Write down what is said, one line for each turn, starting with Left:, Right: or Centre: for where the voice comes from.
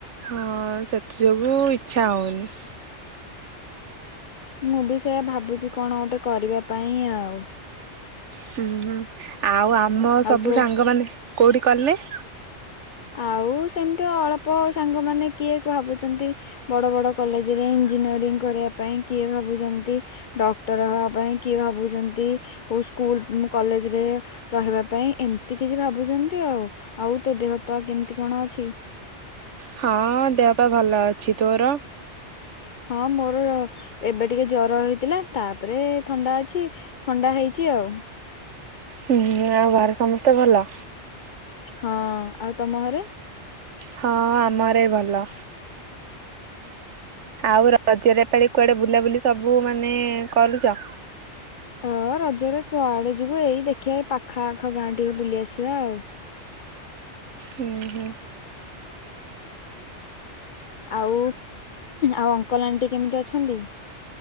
Right: ହଁ ସେଥି ଯୋଗୁ ଇଛା ହଉନି।
Left: ମୁଁ ବି ସେୟ ଭାବୁଛି କଣ ଗୋଟେ କରିବା ପାଇଁ ଆଉ।
Right: ହୁଁ ହୁଁ ଆଉ ଆମ ସବୁ
Left: ଆଉ ତୋ
Right: ସାଙ୍ଗମାନେ କୋଉଠି କଲେ?
Left: ଆଉ ସେମିତି ଅଳ୍ପ ସାଙ୍ଗ ମାନ କିଏ, ଭାବୁଛନ୍ତି ବଡ ବଡ କଲେଜ ରେ ଇଜିନି କରିବା ପାଇଁ କିଏ, ଭାବୁଛନ୍ତି ଡକ୍ଟର ହବା ପାଇଁ କିଏ ଭାବୁଛନ୍ତି ସ୍କୁଲ କଲେଜରେ ରହିବା ପାଇଁ ଏମିତି କିଛି ଭାବୁଛନ୍ତି, ଆଉ ଆଉ ତୋ ଦେହ ପା କେମିତି କଣ ଅଛି?
Right: ହଁ ଦେହ ପା ଭଲ ଅଛି ତୋର?
Left: <inaudible> ହଁ ମୋର ଏବେ ଟିକେ ଜ୍ର ହେଇଥିଲା ତାପରେ ଥଣ୍ଡା ଅଛି ଥଣ୍ଡା ହେଇଛି ଆଉ ଏବଂ
Right: ହୁଁ ଆଉ ଘରେ ସମସ୍ତେ ଭଲ?
Left: ହଁ ଆଉ ତମ ଘରେ?
Right: ହଁ ଆମର ଭଲ। ଆଉ ରଜରେପାଳି କୁଆଡେ ବୁଲାବୁଲି ସବୁ ମାନେ କଲୁଛ
Left: ହଁ ରଜରେ କୁଆଡେ, ଯିବୁ ଏଇ ଦେଖିବା ଏଇ ପାଖ ଆଖ ଗାଁ ଟିକେ ବୁଲି ଆସିବା ଆଉ।
Right: ହୁଁ ହୁଁ।
Left: ଆଉ ଆଉ ଅଙ୍କଲ ଆଣ୍ଟି କେମିତି ଅଛନ୍ତି?